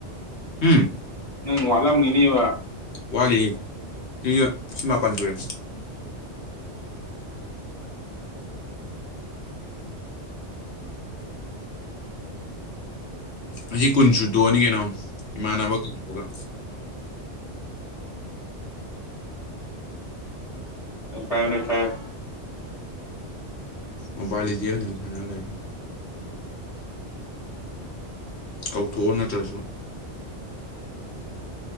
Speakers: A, on the left (about 65°); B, on the left (about 30°).
A: ꯍꯨꯝ
B: ꯅꯪ ꯋꯥꯠꯂꯝꯒꯤꯅꯤꯕ
A: ꯋꯥꯠꯂꯤꯌꯦ ꯁꯤ ꯁꯤ ꯃꯥꯄꯟ ꯁꯨꯔꯦ ꯑꯁꯤ ꯀꯨꯟ ꯁꯨꯗꯣꯛꯑꯅꯤ ꯀꯩꯅꯣ ꯏꯃꯥꯟꯅꯕ ꯀꯧꯊꯣꯛꯂꯒ
B: ꯅꯩꯈꯥꯏꯔꯣ ꯅꯩꯈꯥꯏꯔꯣ
A: ꯃꯣꯕꯥꯏꯜ ꯂꯦꯖꯦꯟ ꯖꯦꯔ ꯀꯩꯅꯣꯝ ꯁꯥꯟꯅꯔ ꯂꯣꯏꯔꯦ ꯀꯧꯊꯣꯛꯑꯣ ꯅꯠꯇ꯭ꯔꯁꯨ